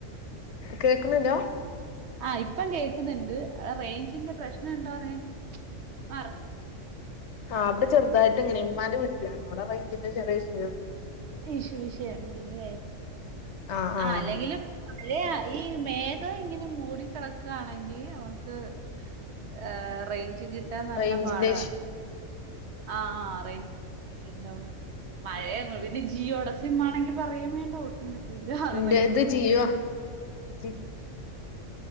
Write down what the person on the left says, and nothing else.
കേക്ക്ണ്ല്ലാ
ആഹ് അവ്ടെ ചെറർതായിട്ട്ങ്ങനെ ഇമ്മാന്റെ വീട്ടിലാണ് അവിടെ റേയ്‌ഞ്ചിന്റെ ചെറിയ വിഷയണ്ട്
ആഹ് ആഹ്
റേഞ്ചിന്റെ
ഇഷ്യൂ
ഇന്റെ
ഇത് ജിയോ ജി